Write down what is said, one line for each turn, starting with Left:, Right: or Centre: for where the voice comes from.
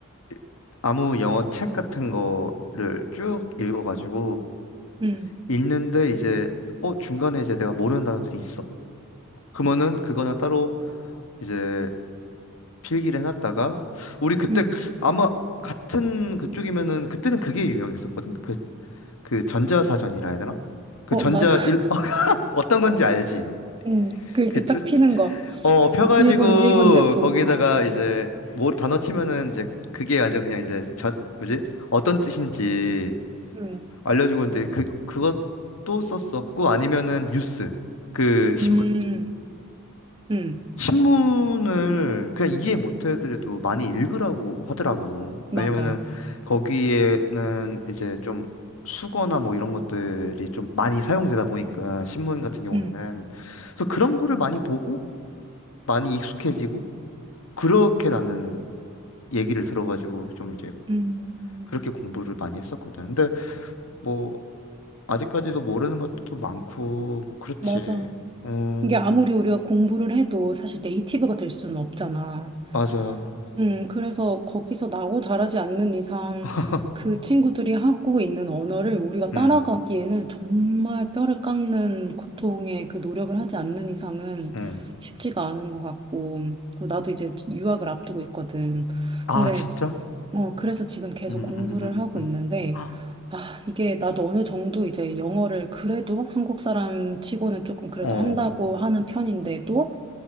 Left: 이- 아무 영어 책 같은 거를 쭉 읽어가지고
Right: 응,
Left: 읽는데 이제 어 중간에 이제 내가 모르는 단어들이 있어. 그러면은 그거는 따로 이제 필기를 해놨다가 우리 그때
Right: 응.
Left: 아마 같은 그쪽이면은 그때는 그게 유명했었거든. 그 그 전자사전이라 해야 되나? 그
Right: 어,
Left: 전자
Right: 맞아. <laughs>
Left: 일 <laughs> 어, 떤 건지 알지?
Right: 응, 그 이렇게
Left: 그쭉어
Right: 딱 피는 거.
Left: 펴가지고
Right: 일본, 일본 제품.
Left: 거기다가
Right: 어,
Left: 이제 뭐 단어 치면은 이제 그게 완전 그냥 이제 저 뭐지? 어떤 뜻인지
Right: 응,
Left: 알려주고 는데 그 그것도 썼었고 아니면은 뉴스 그 신문
Right: 음, 응,
Left: 신문을 그냥 이해 못 해드려도 많이 읽으라고 하더라고.
Right: 맞아.
Left: 왜냐면은 거기에는 이제 좀 수거나 뭐 이런 것들이 좀 많이 사용되다 보니까 신문 같은 경우에는
Right: 응,
Left: 그래서 그런 거를 많이 보고 많이 익숙해지고 그렇게 나는 얘기를 들어가지고 좀 이제
Right: 음,
Left: 그렇게 공부를 많이 했었거든. 근데 뭐 아직까지도 모르는 것도 많고 뭐 그렇지.
Right: 맞아.
Left: 음
Right: 이게 아무리 우리가 공부를 해도 사실 네이티브가 될 수는 없잖아.
Left: 맞아.
Right: 음, 그래서 거기서 나고 자라지 않는 이상
Left: <laughs>
Right: 그 친구들이 하고 있는 언어를 우리가
Left: 음
Right: 따라가기에는 정말 뼈를 깎는 고통의 그 노력을 하지 않는 이상은
Left: 음.
Right: 쉽지가 않은 것 같고, 또 나도 이제 유학을 앞두고 있거든.
Left: 아
Right: 근데,
Left: 진짜?
Right: 어, 그래서 지금 계속
Left: 음,
Right: 공부를
Left: 음, 음,
Right: 하고
Left: 음.
Right: 있는데,
Left: 헉,
Right: 아, 이게 나도 어느 정도 이제 영어를 그래도 한국 사람 치고는 조금 그래도
Left: 어,
Right: 한다고 하는 편인데도